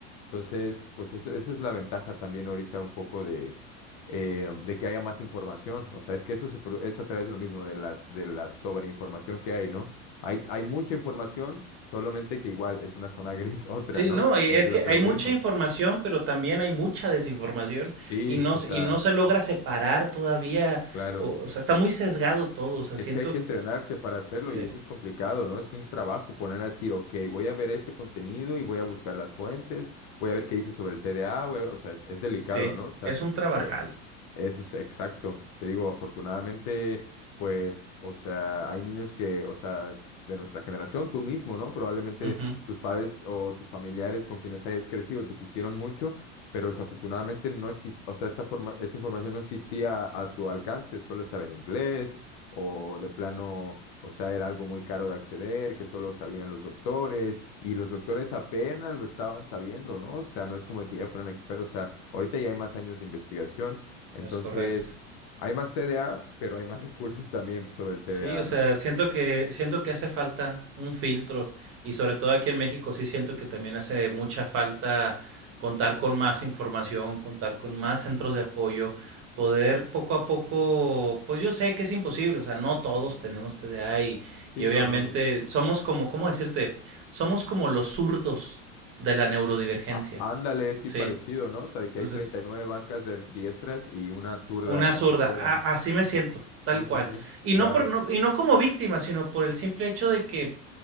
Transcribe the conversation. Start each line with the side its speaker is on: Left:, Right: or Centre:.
Left: entonces, pues eso- esa es la ventaja también ahorita un poco de, eh, de que haya más información. O sea, es que eso se, pro- es a través de lo mismo, de las, de la sobreinformación que hay, ¿no? Hay, hay mucha información, solamente que igual es una zona gris <laughs> otra,
Right: Sí,
Left: ¿no?
Right: no, y
Left: Eh,
Right: es
Left: los
Right: que hay
Left: algoritmos.
Right: mucha información, pero también hay mucha desinformación
Left: Sí,
Right: y no,
Left: o
Right: se,
Left: sea,
Right: y no se logra separar todavía,
Left: claro.
Right: o, o sea, está muy sesgado todo, o sea,
Left: Es
Right: siento,
Left: que hay que entrenarse para hacerlo
Right: sí,
Left: y eso es complicado, ¿no? Es un trabajo poner a decir, ok, voy a ver este contenido y voy a buscar las fuentes, voy a ver qué dice sobre el TDA, voy a ver", o sea, es, es delicado,
Right: sí,
Left: ¿no? O sea,
Right: es un trabajal.
Left: eh, eso es exacto. Te digo, afortunadamente, pues, o sea, hay niños que, o sea, de nuestra generación, tú mismo, ¿no? Probablemente
Right: Uh -huh,
Left: tus padres o tus familiares con quienes hayas crecido te quisieron mucho, pero desafortunadamente no existe, o sea, esta forma, esta información no existía a su alcance, solo estaba en inglés o de plano, o sea, era algo muy caro de acceder, que solo sabían los doctores y los doctores apenas lo estaban sabiendo, ¿no? O sea, no es como que ya fueran expertos, o sea, ahorita ya hay más años de investigación. Entonces,
Right: es correcto.
Left: hay más TDA, pero hay más recursos también sobre el
Right: Sí,
Left: TDA,
Right: o sea,
Left: ¿no?
Right: siento que, siento que hace falta un filtro y sobre todo aquí en México sí siento que también hace mucha falta contar con más información, contar con más centros de apoyo, poder poco a poco, pues yo sé que es imposible, o sea, no todos tenemos TDA y, y
Left: Sí,
Right: obviamente
Left: no, no, no.
Right: somos como, ¿cómo decirte? Somos como los zurdos de la neurodivergencia,
Left: Á- ándale, sí,
Right: ¿sí?
Left: parecido, ¿no? O sea, de
Right: Entonces,
Left: que hay 39 bancas de diestras y una zurda
Right: una
Left: en
Right: zurda.
Left: las escuelas,
Right: A-
Left: ¿no?
Right: así me
Left: O
Right: siento,
Left: sea,
Right: tal
Left: sí,
Right: cual.
Left: sí, sí,
Right: Y no,
Left: claro.
Right: por, no- y no como víctima, sino por el simple hecho de que